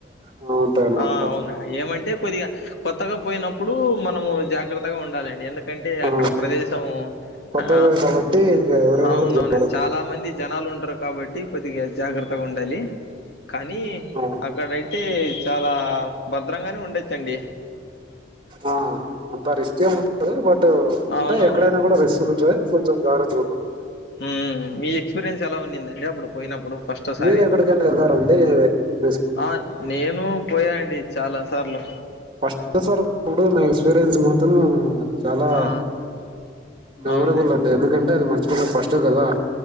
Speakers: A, on the right; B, on the left.
A: ఆ, ఉంటాయి అన్నమాట
B: ఆ
A: అక్కడ
B: అవునా ఏమంటే కొద్దిగా కొత్తగా పోయినప్పుడు మనము జాగ్రత్తగా ఉండాలండి ఎందుక ఎందుకంటే
A: ఆ,
B: అక్కడ ప్రదేశము
A: కొత్తదే
B: ఆ
A: కాబట్టి ఇంకా ఎవరైనా
B: అవునవునండి
A: కూడా జాగ్రత్త
B: చాలా మంది జనాలు ఉంటారు కాబట్టి కొద్దిగా జాగ్రత్తగా ఉండాలి కానీ
A: ఆ,
B: అక్కడయితే చాలా భద్రం గానే ఉండోచ్చండి
A: ఆ అంత రిస్కే ఎం ఉండదు బట్
B: అవునవునండి
A: అంటే ఎక్కడైనా కూడా రిస్క్ ఉంటది కొంచం జాగ్రత్తగా ఉందాం అంతే
B: ఉమ్ మీ ఎక్స్పీరియన్స్ ఎలా ఉన్నిందండి అప్పుడు పోయినప్పుడు ఫస్ట్ సారి
A: మీరు ఎక్కడికైనా వెళ్ళారండి రిస్క్
B: ఆ నేను పోయా అండి చాలా సార్లు
A: ఫస్ట్ సారి పోయినప్పుడు నా ఎక్స్పీరియన్స్ మాత్రం చాలా
B: ఆ
A: మెమరబుల్
B: అవునండి
A: అండి ఎందుకంటే అది మర్చిపోలేం ఫస్ట్ కదా